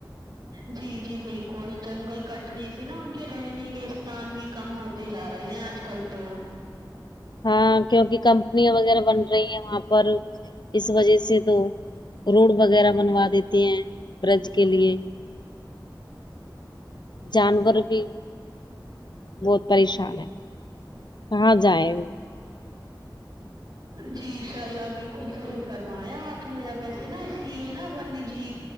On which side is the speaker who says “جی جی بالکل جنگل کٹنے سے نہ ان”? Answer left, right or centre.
Right